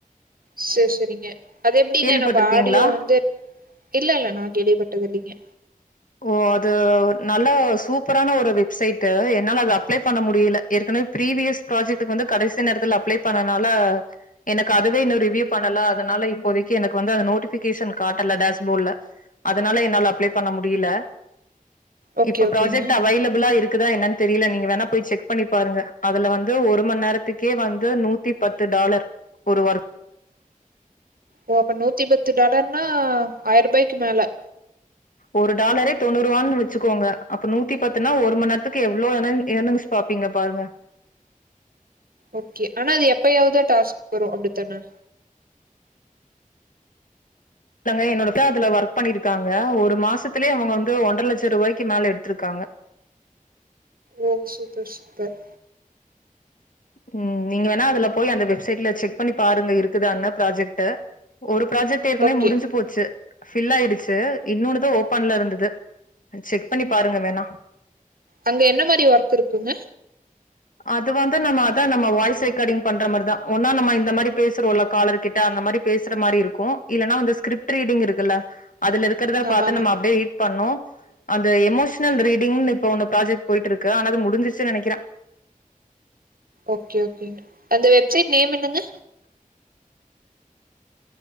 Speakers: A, on the right; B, on the left.
A: செர் செரிங்க அது எப்டிங்க
B: கேள்விப்பட்டிருக்கீங்களா
A: நம்ம ஆடியோ வந்து இல்ல இல்ல நா கேள்விப்பட்டது இல்லங்க
B: ஓ அது நல்ல சூப்பரான ஒரு வெப்சைட்டு என்னால அது அப்லே பண்ண முடியல ஏற்கனவே ப்ரிவியஸ் ப்ராஜெக்டுக்கு வந்து கடைசி நேரத்துல அப்லே பண்ணனால எனக்கு அதுவே இன்னு ரிவியூ பண்ணல அதனால இப்போதைக்கு எனக்கு வந்து அந்த நோட்டிபிகேஷன் காட்டல டேஷ்போட்ல அதனால என்னால அப்லே பண்ண முடியல
A: ஓகே
B: இப்ப
A: ஓகேங்க
B: பராஜெக்ட் அவைலபிளா இருக் இர்க்கு தா என்னன் தெரியில நீங்க வேணா போய் செக் பண்ணி பாருங்க அதுல வந்து ஒரு மண் நேரத்துக்கே வந்து நூத்தி பத்து டாலர் ஒரு ஒர்க்
A: ஓ அப்ப நூத்தி பத்து டாலர்னா ஆயிர ரூபாய்க்கு மேல
B: ஒரு டாலரே தொண்ணூ ரூவான்னு வச்சுக்கோங்க அப்ப நூத்தி பத்துனா ஒரு மண் நேரத்துக்கு எவ்ளோ <unintelligible> பாப்பீங்க பாருங்க
A: ஓகே ஆனா அது எப்பயாவது டாஸ்க் வரு அப்டித்தான
B: இல்லங்க என்னோட அக்கா அதுல ஒர்க் பண்ணிருக்காங்க ஒரு மாசத்துலே அவங்க வந்து ஒன்றர லட்ச ரூபாய்க்கு மேல எடுத்திருக்காங்க
A: ஓ சூப்பர் சூப்பர்
B: ம் நீங்க வேணா அதுல போய் அந்த வெப்சைட்ல செக் பண்ணி பாருங்க இருக்குதான்னு ப்ராஜெக்டு ஒரு ப்ராஜெக்ட் ஏற்கனவே
A: ஓகே
B: முடிஞ்சு போச்சு ஃபில் ஆயிடுச்சு இன்னொன்னுதா ஓபன்ல இருந்துது செக் பண்ணி பாருங்க வேணா
A: அங்க என்ன மாரி ஒர்க் இருக்குங்க
B: அது வந்து நம்ம அதா நம்ம வாய்ஸ் ரெக்கார்டிங் பண்ற மாரிதா ஒன்னா நம்ம இந்த மாரி பேசுறோம்ல காலர் கிட்ட அந்த மாரி பேசற மாரிருக்கு இல்லனா வந்த ஸ்கிரிப்ட் ரீடிங் இருக்குல்ல அதுல இருக்கறத
A: ஆமா
B: பாத்து
A: ஆமா
B: நம்ம அப்டியே ரீட் பண்ணோ அந்த எமோஷனல் ரீடிங்னு இப்ப ஒன்னு ப்ராஜெக்ட் போய்ட்டுருக்கு ஆனது முடிஞ்சிச்சு நெனைக்கிறே
A: ஓகே ஓகேங்க அந்த வெப்சைட் நேம் என்னங்க